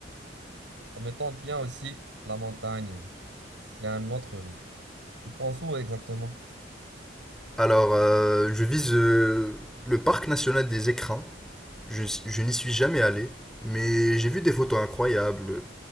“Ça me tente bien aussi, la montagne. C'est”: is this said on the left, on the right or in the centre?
Right